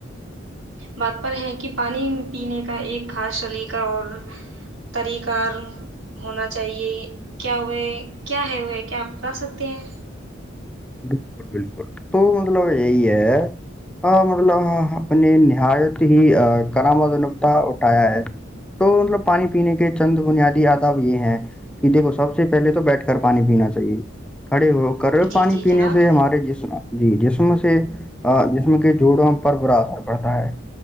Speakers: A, on the right (about 85°); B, in the centre.
A: بات پر ہے کہ پانی پینے کا ایک خاص سلیقہ اور طریقار ہونا چاہیے کیا ہوئے کیا ہے ہوئے کیا آپ بتا سکتے ہیں
B: بالکل بالکل تو مطلب یہی ہے ہاں مڈلہ ہاں اپ نے نایت ہی کرا م تا اٹھایا ہے تو مطلب پانی پینے کے چند بنیادی آداب یہ ہیں کہ دیکھو سب سے سے پہل تو بیٹھ کر پانی پینا چاہیے کھڑے ہو کر رہ ہو
A: جی
B: پانی
A: جی
B: پینے
A: جناب
B: سے جیسنا جی جیسم سے آ جسم کہ جوڑوں ہم پر برا سکتا پڑتا ہے